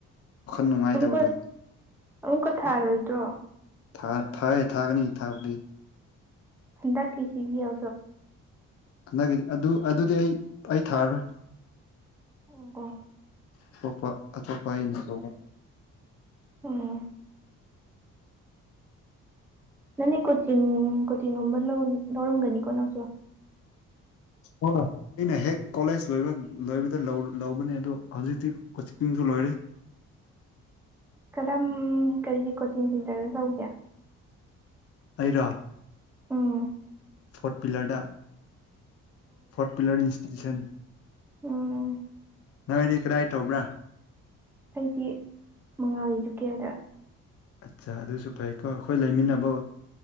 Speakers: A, on the left; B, in the centre.
A: ꯋꯥꯈꯜ ꯅꯨꯡꯉꯥꯏꯇꯕꯗꯣ
B: ꯑꯃꯨꯛꯀ ꯑꯃꯨꯛꯀ ꯊꯥꯔꯣꯏꯗ꯭ꯔꯣ
A: ꯊꯥ ꯊꯥꯑ ꯊꯒꯅꯤ ꯊꯥꯄꯗꯤ
B: ꯍꯗꯀꯤꯁꯤꯒꯤꯔ
A: ꯍꯟꯗꯛꯀꯤꯗꯤ ꯑꯗꯨ ꯑꯗꯨꯗꯤ ꯑꯩ ꯑꯩ ꯊꯥꯔꯔꯣꯏ
B: ꯑꯣꯀꯣ
A: ꯑꯇꯣꯞꯄ ꯑꯇꯣꯞꯄ ꯑꯩꯅ ꯇꯧꯕ
B: ꯑꯣ ꯅꯪꯅꯦ ꯀꯣꯆꯤꯡ ꯀꯣꯆꯤꯡꯒꯨꯝꯕ ꯂꯧꯔꯝꯒꯅꯤꯀꯣ ꯅꯪꯁꯨ
A: ꯍ ꯑꯩꯅ ꯍꯦꯛ ꯀꯣꯂꯦꯖ ꯂꯣꯏ ꯂꯣꯏꯕꯗ ꯂꯧꯕꯅꯦ ꯑꯗꯣ ꯍꯧꯖꯤꯛꯇꯤ ꯀꯣꯆꯤꯡ ꯂꯣꯏꯔꯦ
B: ꯀꯗꯥꯝ ꯀꯔꯤꯒꯤ ꯀꯣꯆꯤꯡ ꯁꯦꯟꯇꯔꯗ ꯇꯧꯒꯦ
A: ꯑꯩꯔꯥ
B: ꯎꯝ
A: ꯐꯣꯔꯠ ꯄꯤꯂꯔꯗ ꯐꯣꯔ ꯄꯤꯂꯔ ꯏꯟꯁꯇꯤꯇ꯭ꯌꯨꯁꯟ
B: ꯑꯣ
A: ꯅꯣꯏꯗꯤ ꯀꯗꯥꯏ ꯇꯧꯕ꯭ꯔꯥ
B: ꯑꯩꯗꯤ ꯃꯉꯥꯜ ꯏꯗꯨꯀꯦꯌꯔꯗ
A: ꯑꯠꯆꯥ ꯑꯗꯨꯁꯨ ꯐꯩꯀꯣ ꯑꯩꯈꯣꯏ ꯂꯩꯃꯤꯟꯅꯕ